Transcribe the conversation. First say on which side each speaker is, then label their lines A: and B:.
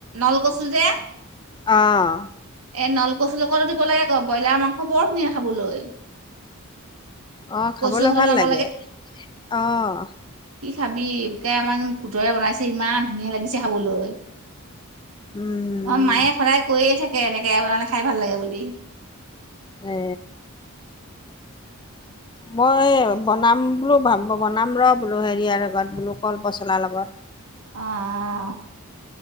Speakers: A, on the right; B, on the left.
A: নলকচু যে
B: আহ
A: এ নলকচ লগটো দিব লাগে আ ব্ৰইলাৰ মাংস বৰ ধুনীয়া খাবলৈ।
B: আহ, খাবলৈ
A: কচু সতি
B: ভাল
A: বনাব
B: লাগে আহ'
A: কি খাবি, আমাৰ পুতৱে বনাইছে ইমান ধুনীয়া লাগিছে খাবলৈ।
B: উম,
A: অ, মায়ে সদায় কৈয়ে থাকে এনেকে বনালে খাই ভাল লাগে বুলি।
B: এ মই এই বনাম বোলো বনাম ৰ বোলো হেৰিয়াৰ লগত বোলো কলপচলাৰ লগত
A: অ'অ'